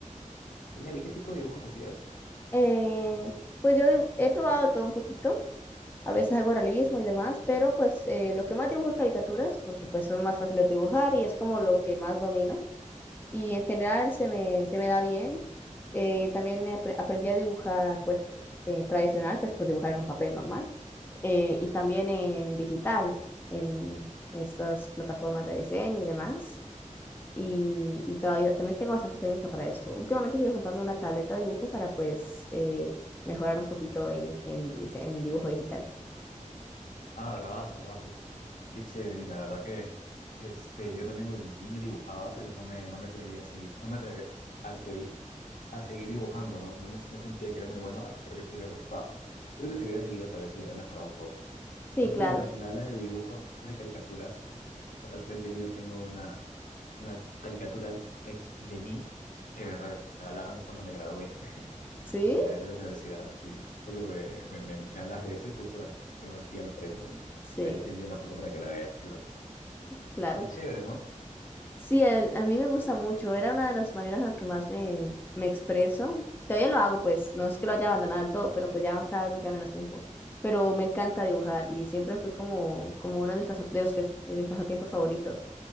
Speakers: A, on the left; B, on the left.
A: Genial, ¿y qué tipo de dibujos hacías?
B: Eh, pues yo he probado todo un poquito. A veces hago realismo y demás, pero pues eh, lo que más dibujo es caricaturas, porque pues son más fáciles de dibujar y es como lo que más domino. Y en general se me, se me da bien. Eh, también apre- aprendí a dibujar pues eh, tradicional, que es pues dibujar en un papel normal, eh, y también en digital, en estas plataformas de diseño y demás. Y, y todavía, también tengo bastante técnica para esto. Últimamente quiero comprarme una tableta de dibujo para pues eh, mejorar un poquito en, en dise- en dibujo digital.
A: Ah, bravazo, bravazo. Qué chévere, y la verdad que este, yo también de niño dibujaba, pero no me, no me atreví a seguir, no me atreve- atreví a seguir dibujando, ¿no? No me, no sentía que era muy bueno, a pesar que sí me gustaba. Creo que si hubiera seguido, tal vez hubiera mejorado un poco.
B: Sí,
A: Y justo
B: claro.
A: mientras que me hablas de dibujos de caricaturas, <laughs> justo al frente mío tengo una, una caricatura hecha de mí que me regalaron cuando me gradué, <laughs>
B: ¿Sí?
A: cuando me gradué de la universidad. Sí, justo que me, me, me- me hablas de eso y justo la tengo aquí al frente, ¿no?
B: Sí,
A: Ahí te envío
B: <laughs>
A: la foto para que la veas, que lo
B: claro.
A: Qué chévere, ¿no?
B: Sí, el- a mí me gusta mucho. Era una de las maneras en las que más me, me expreso. Todavía lo hago, pues no es que lo haya abandonado del todo, pero pues ya cada vez me queda menos tiempo. Pero me encanta dibujar y siempre fue como, como uno de mis, pasa- de los, fe- de mis pasatiempos favoritos.